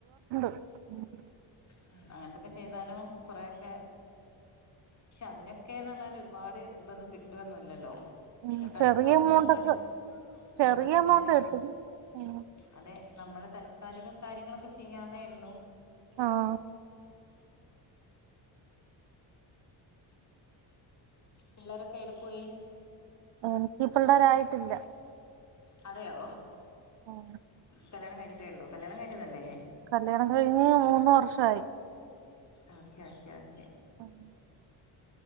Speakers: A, on the right; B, on the left.
A: <inaudible>
B: ഉം അങ്ങനത്തൊക്കെ ചെയ്താലും കൊറേയൊക്കെ പക്ഷെ അതിനൊക്കേന്ന് പറഞ്ഞാൽ ഒരുപാട് ഇതൊന്നും കിട്ടുവൊന്നുല്ലല്ലോ.
A: ഉം
B: പിന്നെ തൽക്കാലം
A: ചെറിയ എമൗണ്ടൊക്കെ
B: നമ്മളെ കാര്യം
A: ചെറിയ
B: ഉം
A: എമൗണ്ട്
B: കാര്യം
A: കിട്ടും ഉം
B: അതെ നമ്മുടെ തൽക്കാലിക കാര്യങ്ങളൊക്കെ ചെയ്യാന്നേ ഉള്ളൂ.
A: ആഹ്
B: പിള്ളേരൊക്കെ എവിടെ പോയീ?
A: എനിക്ക് <unintelligible>
B: അതെയോ
A: <inaudible>
B: കല്യാണം കഴിഞ്ഞിട്ടേ ഉള്ളോ, കല്യാണം കഴിഞ്ഞതല്ലേ?
A: കല്യാണം കഴിഞ്ഞ് മൂന്ന് വർഷായി
B: ഓക്കെ ഓക്കെ ഓ
A: <unintelligible>